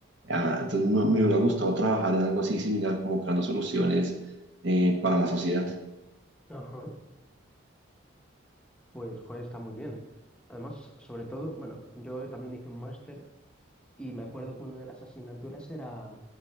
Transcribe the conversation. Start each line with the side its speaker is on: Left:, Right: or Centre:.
Right: Ah, entonces me, me hubiera gustado trabajar en algo así similar, como creando soluciones eh, para la sociedad.
Centre: Ajá. Pues, joder, está muy bien. Además, sobre todo, bueno, yo también hice un máster y me acuerdo que una de las asignaturas era